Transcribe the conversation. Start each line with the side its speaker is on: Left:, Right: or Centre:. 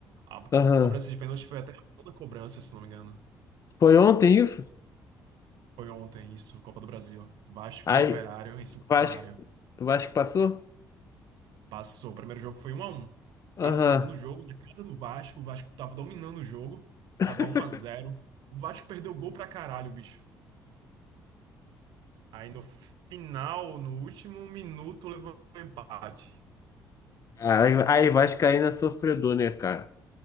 Right: A
Left: Aham.
Right: cobrança de pênalti foi até toda cobrança, se não me engano.
Left: Foi ontem isso?
Right: Foi ontem isso, Copa do Brasil. Vasco
Left: Aí,
Right: e Operário em Santa
Left: Vasco,
Right: Maria.
Left: Vasco passou?
Right: Passou. O primeiro jogo foi 1 a 1.
Left: Aham.
Right: Esse segundo jogo, na casa do Vasco, o Vasco tava dominando o jogo,
Left: <laughs>
Right: tava 1 a 0. O Vasco perdeu o gol pra caralho, bicho. Aí no final, no último minuto, levou um empate.
Left: Aí, aí, Vascaína é sofredor, né, cara?